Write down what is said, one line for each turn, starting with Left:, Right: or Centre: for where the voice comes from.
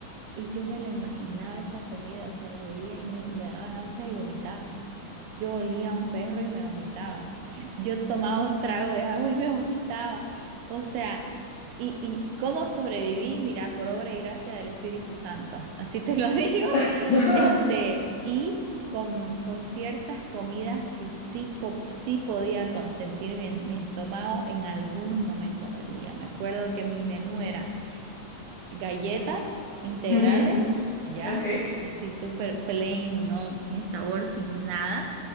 Right: y yo me la imaginaba esa comida, o sea, la veía y me, me daba náuseas y vomitaba. Yo olía a un perro y me vomitaba. Yo tomaba un trago de agua y me <laughs> vomitaba. O sea, y, y cómo sobreviví, mira, por obra y gracia del Espíritu Santo. Así te lo <laughs> digo.
Left: <laughs>
Right: Este, y con, con ciertas comidas que sí, co- sí podía consentir mi, mi estómago en algunos momentos del día. Me acuerdo que mi menú era galletas integrales,
Left: ujú,
Right: ya,
Left: ok,
Right: así súper plain, no, sin sabor, sin nada.